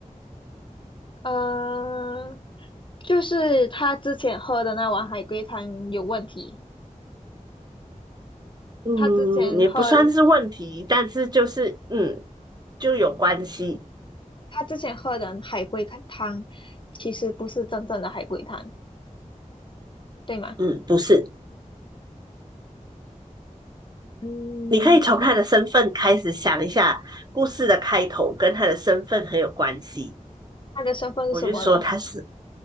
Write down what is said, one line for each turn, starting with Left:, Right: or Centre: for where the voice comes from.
Left: 呃，就是他之前喝的那碗海龟汤有问题。
Right: 嗯，
Left: 他之前喝的，
Right: 也不算是问题，但是就是嗯，就有关系。
Left: 他之前喝的海龟汤其实不是真正的海龟汤，对吗？
Right: 嗯，不是，
Left: 嗯，
Right: 你可以从他的身份开始想一下，故事的开头跟他的身份很有关系。
Left: 他的身份是什么了？
Right: 我就说他是